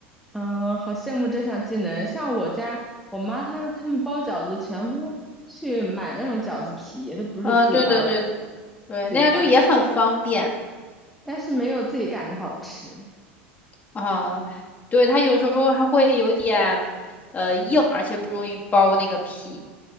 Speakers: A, in the centre; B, on the left.
A: 嗯，好羡慕这项技能。像我家我妈她们他们包饺子全部都去买那种饺子皮，都不是自己包的，
B: 嗯，对的对的对，
A: 自己擀，
B: 那样就也很方便
A: 但是没有自己擀的好吃。
B: 啊。对，它有时候还会有点呃硬，而且不容易包那个皮。